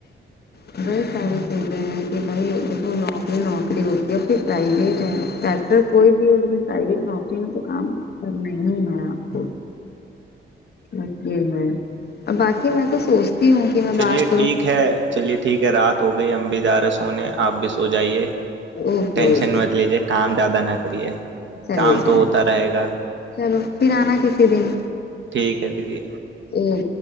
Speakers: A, on the left (about 50°); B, on the right (about 65°).
A: ہ بئی ساری چیزیں ہیں کہ بھائی جب وہ نوکری نوکری ہوتی ہے اور پھر پرائیویٹ ہے سر کوئی بھی ہو لیکن پرائیویٹ نوکری میں تو کام کرنا ہے آپ کو ا اور باقی میں تو سوچتی ہوں کہ میں
B: چلیےب
A: بات کروں
B: ٹھیک ہے چلیے ٹھیک ہے رات ہو گئی امبدار سونے آپ بھی سو جائیے
A: اوکے
B: ٹینشن
A: اوکے
B: مت لیجیے کام زیادہ نہ کریے
A: چلیے
B: کام تو
A: چلے
B: ہوتا رہے گا
A: چلو پھر آنا کسی دن
B: ٹھیک ہے دیدی
A: ہوں